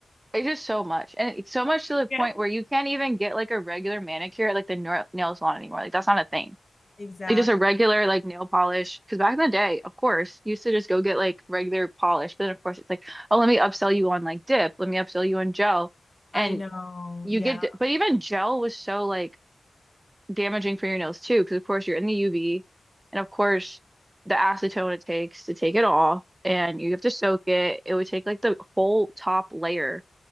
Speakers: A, on the right; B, on the left.
A: It's just so much, and it's so much to the point
B: Yeah.
A: where you can't even get like a regular manicure at like the nail nail salon anymore. Like that's not a thing.
B: Exactly.
A: Like just a regular like nail polish. Because back in the day, of course, you used to just go get like regular polish. But then of course it's like, oh, let me upsell you on like dip. Let me upsell you on gel. And
B: I know.
A: you
B: Yeah.
A: get, but even gel was so like damaging for your nails too. Because of course you're in the UV, and of course the acetone it takes to take it off, and you have to soak it. It would take like the whole top layer